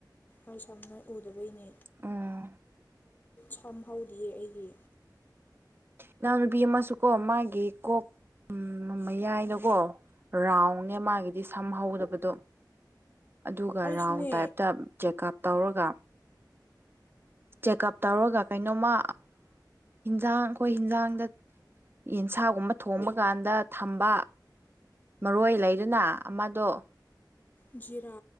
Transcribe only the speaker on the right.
ꯎꯝ
ꯏꯅꯥꯎꯅꯨꯄꯤ ꯑꯃꯁꯨꯀꯣ ꯃꯥꯒꯤ ꯀꯣꯛ ꯃꯌꯥꯏꯗꯀꯣ ꯔꯥꯎꯅꯦ ꯃꯥꯒꯤꯗꯤ ꯁꯝꯍꯧꯗꯕꯗꯣ ꯑꯗꯨꯒ
ꯔꯥꯎꯟ ꯇꯥꯏꯞꯇ ꯆꯦꯛꯀꯞ ꯇꯧꯔꯒ ꯆꯦꯛꯀꯞ ꯇꯧꯔꯒ ꯀꯩꯅꯣꯃ ꯍꯤꯟꯖꯥꯡ ꯑꯩꯈꯣꯏ ꯍꯤꯟꯖꯥꯡꯗ ꯌꯦꯟꯁꯥꯒꯨꯝꯕ ꯊꯣꯡꯕ ꯀꯥꯟꯗ ꯊꯝꯕ꯫ ꯃꯔꯣꯏ ꯂꯩꯗꯨꯅ ꯑꯃꯗꯣ꯫